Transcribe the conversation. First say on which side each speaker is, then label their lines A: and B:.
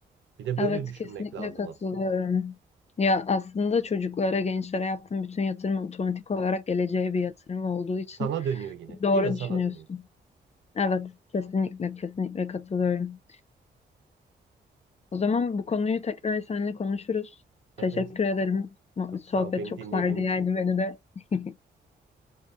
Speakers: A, on the right; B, on the left.
A: Bir de
B: Evet
A: böyle düşünmek
B: kesinlikle
A: lazım
B: katılıyorum.
A: aslında.
B: Ya aslında çocuklara, gençlere yaptığım bütün yatırım otomatik olarak geleceğe bir yatırım olduğu için
A: Sana dönüyor yine.
B: doğru
A: Yine sana
B: düşünüyorsun.
A: dönüyor.
B: Evet kesinlikle kesinlikle katılıyorum. O zaman bu konuyu tekrar seninle konuşuruz. Teşekkür
A: Evet.
B: ederim.
A: Çok sağ
B: Sohbet
A: ol beni
B: çok
A: dinlediğin
B: sardı
A: için.
B: yani beni de. <laughs>